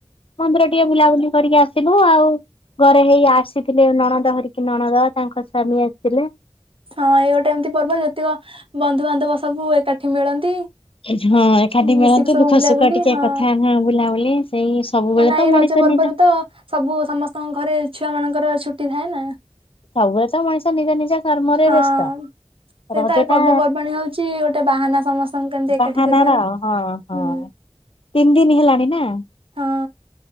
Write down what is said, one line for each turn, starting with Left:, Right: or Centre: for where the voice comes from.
Left: ମନ୍ଦିର ଟିକେ ବୁଲାବୁଲି କରିକି ଆସିଲୁ ଆଉ। ଘରେ ହେଇ ଆସିଥିଲେ ନଣଦ ହରିକି ନଣଦ ତାଙ୍କ ସ୍ୱାମୀ ଆସଥିଲେ।
Right: ହଁ ଏଇ ଗୋଟେ ଏମତି ପର୍ବ ଯେତିକ ବନ୍ଧୁବାନ୍ଧବ ସବୁ ଏକାଠି ମିଳନ୍ତି।
Left: ହଁ ଝଁ ଏକାଠି
Right: ମିଶିକି
Left: ମିଳନ୍ତି
Right: ସବୁ
Left: ଦୁଃଖ
Right: ବୁଲାବୁଲି
Left: ସୁଖ ଟିକେ
Right: ହଁ
Left: କଥା ବାର୍ତ୍ତା ବୁଲାବୁଲି ସେଇଁ ସବୁବେଳେ
Right: କାହିଁକିନା
Left: ତ
Right: ଏଇ ରଜ
Left: ମଣିଷ
Right: ପର୍ବରେ
Left: ନିଜ
Right: ତ ସବୁ ସମସ୍ତଙ୍କ ଘରେ ଛୁଆ ମାନଙ୍କର ଛୁଟି ଥାଏ ନା?
Left: ସବୁବଳେତ ମଣିସ ନିଜ ନିଜ କର୍ମରେ
Right: ହଁ।
Left: ବ୍ୟସ୍ତ।
Right: ସେଇତ
Left: ରଜ
Right: ଏଇ ପର୍ବପର୍ବାଣୀ
Left: ଟା
Right: ହଉଛି ଗୋଟେ ବାହାନା ସମସ୍ତଙ୍କୁ କେମିତି ଏକାଠି
Left: ବାହାନା
Right: କରିବାର
Left: ର ଆଉ ହଁ ହଁ।
Right: ହୁଁ।
Left: ତିନ ଦିନି ହେଲାଣି ନା।
Right: ହଁ